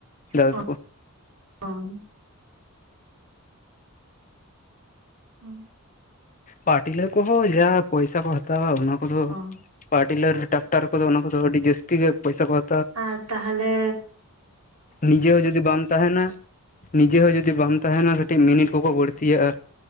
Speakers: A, on the left; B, on the right.
A: ᱫᱟᱫᱟ
B: ᱚ
A: ᱛᱟᱠᱚ
B: ᱚᱢ ᱦᱮᱸ,
A: ᱯᱟᱨᱴᱤᱞᱟᱹᱣ ᱠᱚᱦᱚᱸ ᱡᱟ ᱯᱚᱭᱥᱟ ᱠᱚ ᱦᱟᱛᱟᱣᱟ ᱚᱱᱟ ᱠᱚᱫᱚ,
B: ᱚ
A: ᱯᱟᱴᱤᱞᱟᱨ ᱰᱟᱠᱴᱟᱨ ᱠᱚᱫᱚ ᱚᱱᱟ ᱠᱚᱫᱚ ᱟᱹᱰᱤ ᱡᱟᱹᱥᱛᱤ ᱜᱮ ᱯᱚᱭᱥᱟ ᱠᱚ ᱦᱟ
B: ᱟᱨ ᱛᱟᱦᱟᱞᱮ,
A: ᱱᱤᱡᱮ ᱦᱚᱸ ᱡᱩᱫᱤ ᱵᱟᱢ ᱛᱟᱦᱮᱱᱟ, ᱱᱤᱡᱮ ᱦᱚᱸ ᱡᱩᱫᱤ ᱵᱟᱢ ᱛᱟᱦᱮᱱᱟ ᱠᱟᱹᱴᱤᱡ ᱢᱤᱱᱤᱴ ᱠᱚᱠᱚ ᱵᱟᱹᱲᱛᱤᱭᱟᱜᱼᱟ